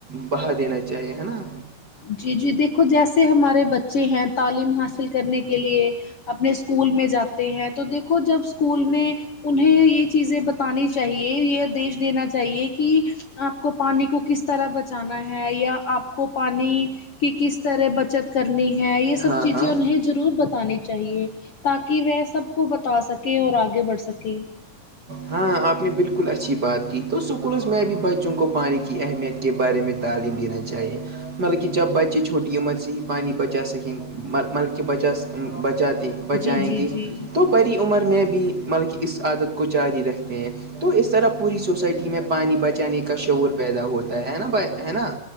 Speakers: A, on the right (about 35°); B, on the left (about 55°).
A: بہا دینا چاہیے ہے نا
B: جی جی دیکھو جیسے ہمارے بچے ہیں تعلیم حاصل کرنے کے لیے اپنے اسکول میں جاتے ہیں تو دیکھو جب اسکول میں انہیں یہ چیزیں بتانی چاہیے یہ آدیش دینا چاہیے کہ آپ کو پانی کو کس طرح بچانا ہے یا آپ کو پانی کی کس طرح بچت کرنی ہے یہ سب
A: ہاں
B: چیزیں
A: ہاں
B: انہیں ضرور بتانی چاہیے تاکہ وہ سب کو بتا سکے اور آگے بڑھ سکے
A: ہاں آپ نے بالکل اچھی بات کی تو اسکولز میں بھی بچوں کو پانی کی اہمیت کے بارے میں تعلیم دینا چی چاہیے مل کہ جب بچے چھوٹی مت سے ہی پانی بچا سکیں مل بچا بچاتے بچائیں
B: جی جی
A: گے
B: جی
A: تو بڑی عمر میں بھی مطلب کہ اس عادت کو جاری رکھتے ہیں تو اس طرح پوری سوسائٹی میں پانی بچانے کا شعور پیدا ہوتا ہے نا ہے نا